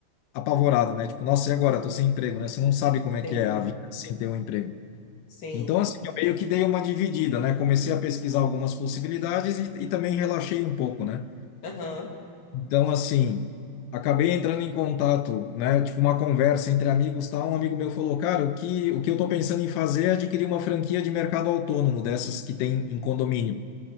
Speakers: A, on the left; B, on the left.
A: apavorado, né? Tipo, nossa, e agora? Tô sem emprego, né? Você não sabe como
B: Sim,
A: é que é a vida sem ter um emprego.
B: sim.
A: Então, assim, eu meio que dei uma dividida, né? Comecei a pesquisar algumas possibilidades e, e também relaxei um pouco, né?
B: Aham.
A: Então, assim, acabei entrando em contato, né? Tipo, uma conversa entre amigos, tal. Um amigo meu falou, cara, o que, o que eu tô pensando em fazer é adquirir uma franquia de mercado autônomo, dessas que tem em condomínio.